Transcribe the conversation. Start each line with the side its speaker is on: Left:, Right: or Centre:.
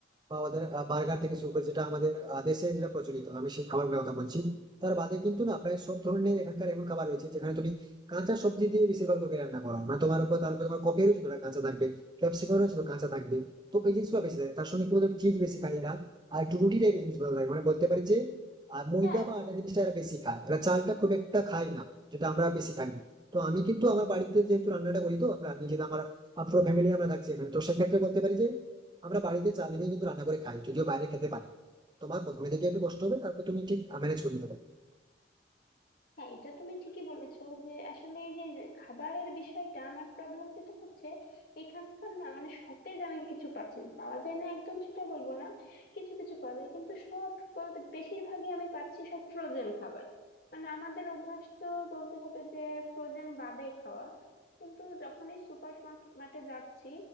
Right: বা ওদের বার্গার থেকে শুরু করে যেটা আমাদের আহ, দেশে যেটা প্রচলিত আমি সেই খাবারগুলোর কথা বলছি তার বাদে কিন্তু না প্রায় সব ধরনের এখানকার এমন খাবার রয়েছে যেখানে তুমি কাঁচা সবজি দিয়ে বেশিরভাগ তরকারি রান্না করো মানে তোমার উপর তার উপর তোমার কপিরও যতটা কাঁচা থাকবে ক্যাপসিকামও যতটা কাঁচা থাকবে তো এই জিনিসগুলো বেশি থাকে তার সঙ্গে কি বলতো চিজ বেশি খায় এরা আর একটু রুটিটাই বেশি বেশি ভালো লাগে মানে বলতে পারি যে আর ময়দা
Left: হ্যাঁ
Right: বা আটা জিনিসটা এরা বেশি খায় এরা চালটা খুব একটা খায় না যেটা আমরা বেশি খাই তো আমি কিন্তু আমার বাড়িতে যেহেতু রান্নাটা করি তো আমরা নিজেদের আমার পুরো ফ্যামিলি আমরা থাকছি এখানে তো সেক্ষেত্রে বলতে পারি যে আমরা বাড়িতে চাল এনেই কিন্তু রান্না করে খাই যদিও বাইরে খেতে পারি তোমার প্রথমে থেকে একটু কষ্ট হবে তারপর তুমি ঠিক ম্যানেজ করে নিতে পারবে
Left: হ্যাঁ এটা তুমি ঠিকই বলেছো যে আসলে এই যে যে খাবারের বিষয়টা আমার প্রবলেম যেটা হচ্ছে এখানকার না মানে সতেজ আমি কিছু পাচ্ছি না। পাওয়া যায় না একদম সেটা বলবো না কিছু কিছু পাওয়া যায় কিন্তু সব বলতে বেশিরভাগই আমি পাচ্ছি সব ফ্রোজেন খাবার মানে আমাদের অভ্যাস তো বলতে হবে যে ফ্রোজেন বাদে খাওয়া কিন্তু যখনই সুপার মার্কেটে যাচ্ছি